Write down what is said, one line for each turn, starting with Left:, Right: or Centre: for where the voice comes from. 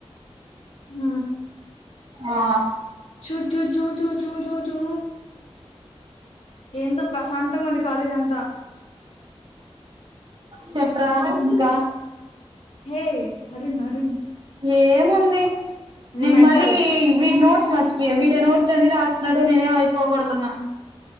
Left: ఉ
Right: ఆ
Left: చూ చూ చూ చూ చూ చూ చూ ఏందో ప్రశాంతంగా ఉంది కాలేజీ అంతా
Right: చెప్రా ఇంకా
Left: హే అరుణ్ అరుణ్
Right: ఏముంది
Left: మీ
Right: నేను
Left: మెంటల్
Right: మళ్ళీ వీడి నోట్స్ మర్చిపోయా వీడ నోట్స్ అన్న రాస్తున్నాడు నేనే అయిపోకడుతున్నా